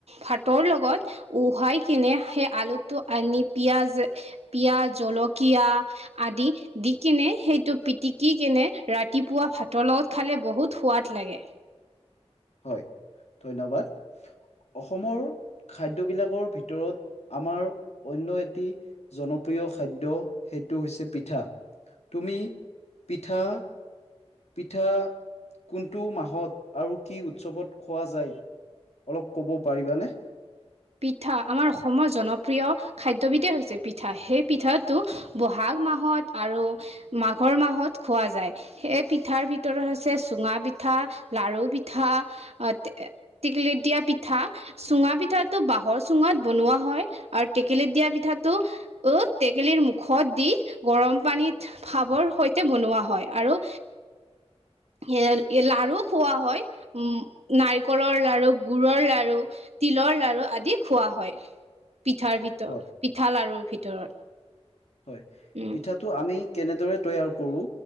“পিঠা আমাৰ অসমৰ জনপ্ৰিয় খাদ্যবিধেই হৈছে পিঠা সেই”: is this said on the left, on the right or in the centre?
Right